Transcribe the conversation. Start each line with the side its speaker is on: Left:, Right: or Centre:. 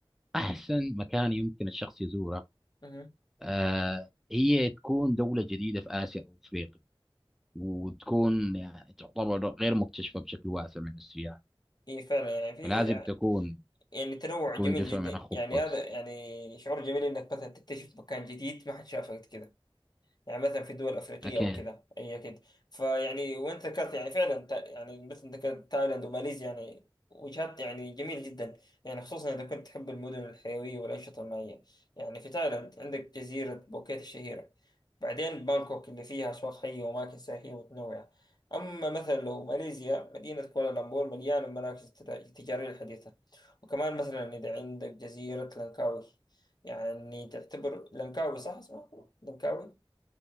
Centre: أحسن مكان يمكن الشخص يزوره
Left: اها
Centre: آه هي تكون دولة جديدة في آسيا أو أفريقيا وتكون يعني تعتبر غير مكتشفة بشكل واسع من السياح
Left: اي فعلا يعني في
Centre: فلازم تكون
Left: يعني تنوع
Centre: تكون
Left: جميل
Centre: جزء
Left: جدا
Centre: من الخطة
Left: يعني هذا يعني شعور جميل انك مثلا تكتشف مكان جديد ما حد شافه قبل كذا يعني مثلا في دول افريقيه
Centre: أكيد
Left: او كذا اي اكيد فيعني وانت ذكرت يعني فعلا تا- يعني مثل ذكرت تايلاند وماليزيا يعني وجهات يعني جميل جدا يعني خصوصا اذا كنت تحب المدن الحيويه والانشطه المائيه يعني في تايلاند عندك جزيره بوكيت الشهيره بعدين بانكوك اللي فيها اسواق حيه واماكن سياحيه متنوعه اما مثلا لو ماليزيا مدينه كوالالمبور مليانه المراكز التجا- التجاريه الحديثه وكمان مثلا اذا عندك جزيره لانكاوي يعني تعتبر لانكاوي صح اسمها لانكاوي